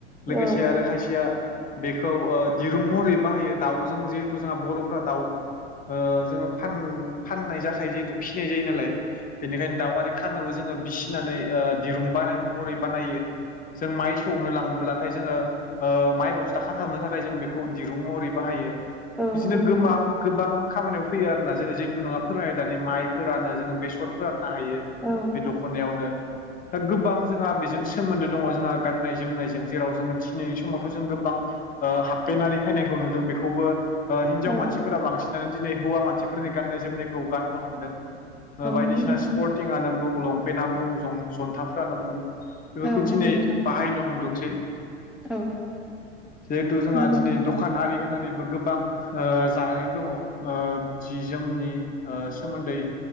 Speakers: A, in the centre; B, on the left.
A: औ
B: लोगोसे आरो खायसेया बेखौ ओ दिरुं महरै बाहायो दाउजों जिहेथु जोंहा बर'फ्रा दाउ ओ जों फान-फाननाय जाखायो जिहेथु फिनाय जायो नालाय बेनिखायनो दाउ आरि खानोबो जोंङो बिसिनानै ओ दिरुं बानाय महरै बानायो जों माइ सौ नो लांब्लाथाय जोङो ओ माइ बस्था खाथाबनो थाखाय जों बेखौ दिरुं महरै बाहायो।
A: औ
B: बिदिनो
A: नोंथां
B: गोमां गोबां खामानियाव फैयो आरोना जोङो जिथु नोंङा फोरमायो दानि माइ फोरानो जोङो बेसर फोराननो हायो।
A: औ
B: बे दख'नायावनो दा गोबां जोंहा बेजों सोमोन्दो दङ जोंहा गाननाय जोमनायजों जेराव जोङो दिनैनि समावथ' जों गोबां ओ हाबफेेनारि फैनायखौ नुदों बेखौबो ओ
A: औ
B: हिनजाव मानसिफोरा बांसिनानो दिनै हौवा मानसिफोरनि गाननाय जोमनायखौ गाननो हमदों बायदिसिना
A: नंगौ नोंथां
B: स्पर्टिंआनो बुं लंपेन्टना बुं जं-जन्थाफ्रानो बुं बेफोरखौ
A: औ औ नंगौ
B: दिनै
A: नोंथां
B: बाहायनो हमदोंसै
A: औ
B: जिहेथु जोंहा
A: नंगौ
B: दिनै
A: नोंथां औ नंगौ नोंथां
B: द दखान आरि होनानैबो गोबां ओ जानानै दङ। ओ जि जोमनि ओ सोमोन्दै